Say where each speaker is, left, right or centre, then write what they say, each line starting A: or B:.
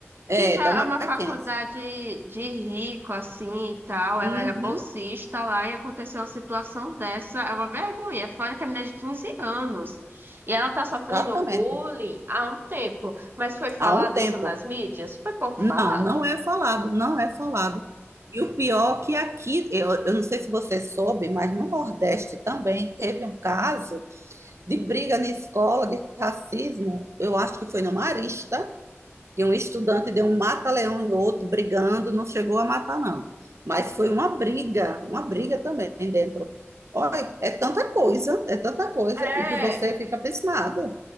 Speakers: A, on the right (about 75°); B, on the right (about 50°).
A: É,
B: que já
A: da Mackenzie.
B: é uma faculdade de rico, assim, e tal. Ela
A: Uhum,
B: era bolsista lá e aconteceu uma situação dessa. É uma vergonha. Fora que a menina é de 15 anos. E ela tá sofrendo
A: exatamente.
B: bullying há um tempo. Mas foi falado
A: Há um tempo.
B: isso nas mídias? Foi pouco
A: Não,
B: falado.
A: não é falado, não é falado. E o pior é que aqui, eu, eu não sei se você soube, mas no Nordeste também teve um caso de briga na escola, de racismo. Eu acho que foi no Marista, que um estudante deu um mata-leão em outro, brigando, não chegou a matar, não. Mas foi uma briga, uma briga também dentro. Olha, é tanta coisa, é tanta coisa,
B: É,
A: e que você fica abismada.